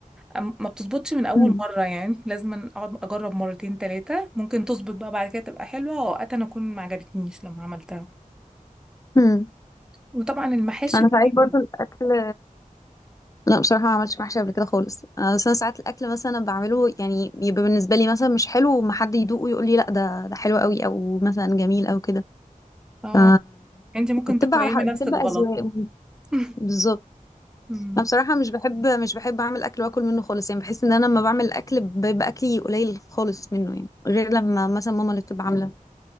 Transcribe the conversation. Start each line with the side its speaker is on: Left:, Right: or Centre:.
Centre: أم- ما بتظبطش من اول
Left: مم.
Centre: مره يعني لازم اقعد اجرب مرتين ثلاثه ممكن تظبط بقى بعد كده تبقى حلوه واوقات انا اكون ما عجبتنيش لما عملتها
Left: مم.
Centre: وطبعا المحاشي
Left: انا
Centre: كمان.
Left: ساعات برضو الاكل لا بصراحة ما عملتش محشي قبل كده خالص آه، بس انا ساعات الاكل مثلا بعمله يعني يبقى بالنسبة لي مثلا مش حلو وما حد يدوقه ويقول لي لا ده ده حلو قوي او مثلا جميل او كده
Centre: <laughs> اه
Left: ف
Centre: انت ممكن
Left: بتبقى
Centre: تقيمي
Left: على حق
Centre: نفسك
Left: بتبقى
Centre: غلط
Left: اذواق
Centre: <laughs>
Left: بالظبط
Centre: أمم.
Left: انا بصراحه مش بحب مش بحب اعمل اكل واكل منه خالص يعني بحس ان انا لما بعمل اكل بيبقى اكلي قليل خالص منه يعني غير لما مثلا ماما اللي بتبقى عامله